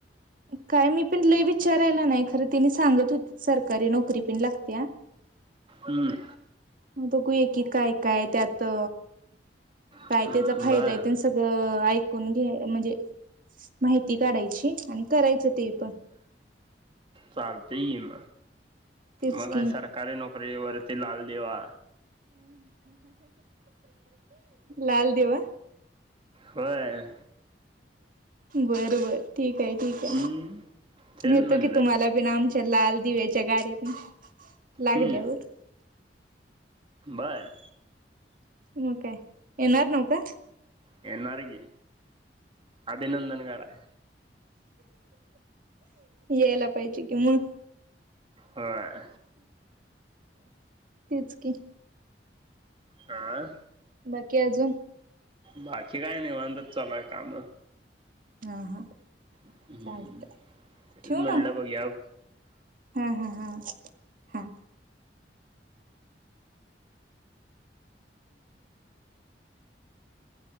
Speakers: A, on the right; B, on the right.
A: काय मीपीन लई विचारायला नाही खरं तिनी सांगत होतीत सरकारी नोकरीपीन लागत्या.
B: हम्म.
A: बघूया की कायकाय त्यात अ काय
B: हम्म
A: त्याचा फायदाय
B: बर
A: तेन सगळं ऐक कून घ्ये म्हंजे माहिती काढायची आणि करायच तेपन.
B: चालतय कीम
A: तेच
B: मकाय
A: की
B: सरकारी नोकरी व ते लाल दीवा.
A: लाल दिवा.
B: होय.
A: बरबर ठीके ठीके
B: हम्म तेच
A: नेतो
B: म्हणलं
A: की तुम्हाला बी आम लाल दिव्याच्या गाडीतन लागल्यावर
B: हम्म बर
A: म काय येणार नवका
B: येनार की अभिनंदन कराय
A: येईला पहिजे की म
B: होय
A: तेच कि
B: हा
A: बाकी अजून
B: बाकी काय निवांतच चालूय काम
A: हा, हा
B: हम्म.
A: चालतय ठेव
B: म्हणलं
A: मग
B: बघयाव
A: हा, हा, हा, हा